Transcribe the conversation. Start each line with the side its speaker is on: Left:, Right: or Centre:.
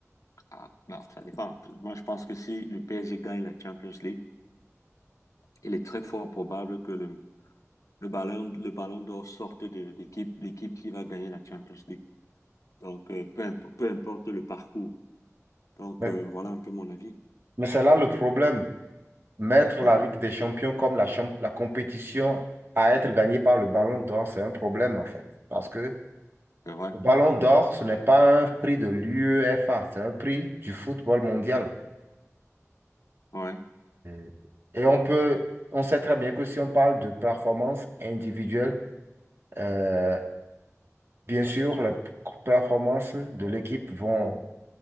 Left: ah, non, ça dépend. Moi je pense que si le PSG gagne la Champions League, il est très fort probable que le, le ballon le ballon d'or sorte de l'équipe l'équipe qui va gagner la Champions League. Donc euh, peu importe peu importe le parcours. Donc
Right: Mais,
Left: euh, voilà un peu mon avis.
Right: mais c'est là le problème. Mettre
Left: Ouais,
Right: la Ligue des Champions comme la, champ- la compétition à être gagnée par le Ballon d'Or, c'est un problème en fait. Parce que
Left: c'est vrai.
Right: le Ballon d'Or, ce n'est pas un prix de l'UEFA, c'est un prix du football mondial.
Left: Ouais.
Right: Mm. Et on peut, on sait très bien que si on parle de performance individuelle, euh, bien sûr, les performances de l'équipe vont,